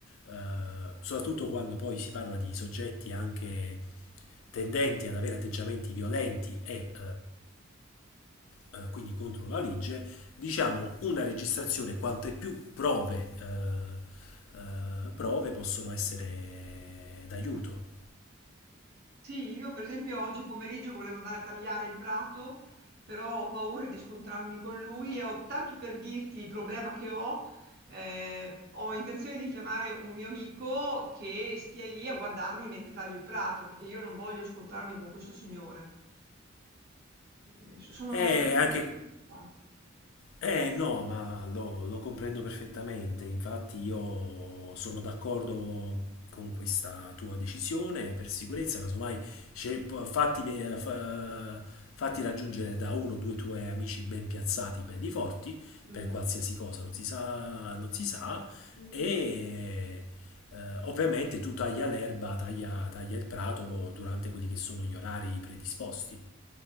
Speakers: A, on the left; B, on the right.
A: eh, soprattutto quando poi si parla di soggetti anche tendenti ad avere atteggiamenti violenti e eh, eh, quindi contro la legge, diciamo una registrazione quante più prove, eh, eh, prove possono essere d'aiuto.
B: Sì, io per esempio oggi pomeriggio volevo andare a tagliare il prato, però ho paura di scontrarmi con lui e ho tanto per dirti il problema che ho, eh, ho intenzione di chiamare un mio amico che stia lì a guardarmi mentre taglio il prato, perché io non voglio scontrarmi con questo signore. Eh, so, sono,
A: E
B: sono
A: anche
B: abbastanza preoccupata.
A: Eh no, ma lo, lo comprendo perfettamente,
B: Mm,
A: infatti io sono d'accordo con questa tua decisione per sicurezza, casomai c'è- p- fatti, ve- fa- fatti raggiungere da uno o due tuoi amici ben piazzati, belli forti,
B: mm,
A: per qualsiasi cosa, non si sa, non si sa,
B: mm,
A: e eh, ovviamente tu taglia l'erba, taglia, taglia il prato durante quelli che sono gli orari predisposti.